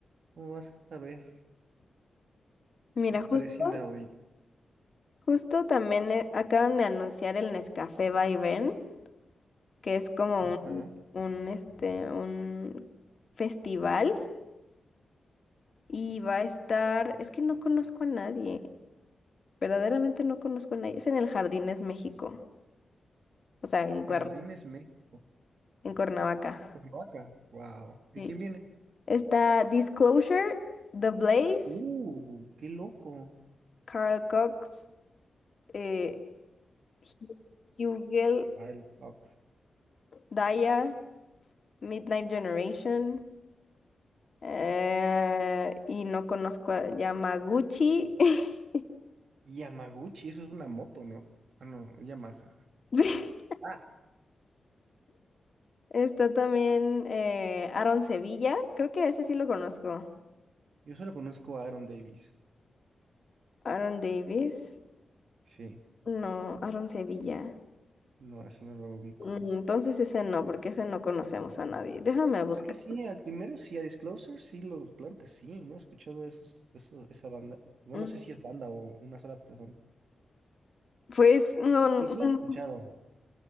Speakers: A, on the right; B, on the left.
A: ¿cómo vas a ver?
B: mira,
A: Me
B: justo,
A: parece inaudito.
B: justo también eh, acaban de anunciar el Nescafé Vaivén, que es como
A: Ajá.
B: un, este, un festival y va a estar, es que no conozco a nadie, verdaderamente no conozco a nadie, es en el Jardines México, o sea, en, Cuer-
A: Jardines México,
B: en Cuernavaca.
A: Cuernavaca, wow. ¿Y
B: Sí.
A: quién viene?
B: Está Disclosure, The Blaze,
A: Uh, qué loco.
B: Carl Cox, eh, Hu- Hugel,
A: Carl Cox.
B: Daya, Midnight Generation. eh, y no conozco a Yamaguchi. <laughs>
A: Yamaguchi, eso es una moto, ¿no? Ah, no, Yamaha.
B: Sí.
A: Ah,
B: Está también eh, Aaron Sevilla. Creo que ese sí lo conozco.
A: yo solo conozco a Aaron Davis.
B: Aaron Davis.
A: Sí,
B: No, Aaron Sevilla.
A: no, eso no lo ubico.
B: Mm, Entonces ese no, porque ese no conocemos a nadie. Déjame buscar.
A: Ah, que sí, al primero sí, a Disclosure, sí, lo, claro que sí, no he escuchado esos, eso, esa banda. Bueno,
B: Mm,
A: no sé si es banda o una sola persona.
B: Pues no, n-
A: Y sí la has escuchado.
B: mm,